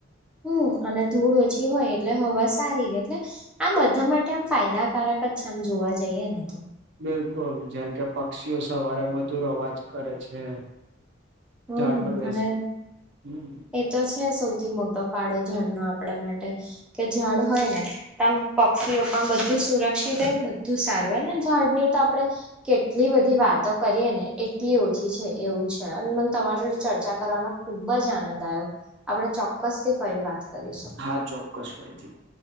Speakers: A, in the centre; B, on the right.
A: હમ અને ધૂળ ઓછી હોય એટલે હવા સારી રે એટલે આ બધા માટે આમ ફાયદાકારક જ છે, આમ જોવા જઈએ ને તો.
B: બિલકુલ જેમ કે પક્ષીઓ સવારે મધુર અવાજ કરે છે.
A: હમ
B: ઝાડ પર બેસી
A: અને
B: હમ.
A: એ તો છે સૌથી મોટો ફાળો જળ નો આપણા માટે, કે જળ હોય ને. પક્ષીઓ પણ બધું સુરક્ષિત હો બધું સારું હો ને ઝાડની તો આપણે, કેટલી બધી વાતો કરીએ ને એટલી ઓ છી છે એવું છે અને મને તમારે ચર્ચા કરવાનો ખુબ જ આનંદ આયો આપણે ચોક્કસ થી ફરી વાત કરી શું.
B: હા ચોક્કસ ફરીથી